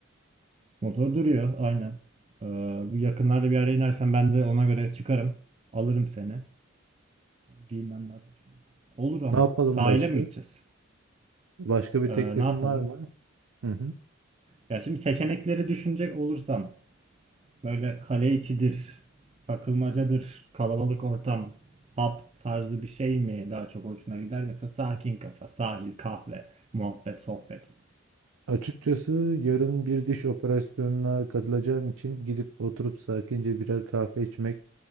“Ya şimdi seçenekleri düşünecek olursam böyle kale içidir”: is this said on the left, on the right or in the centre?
Right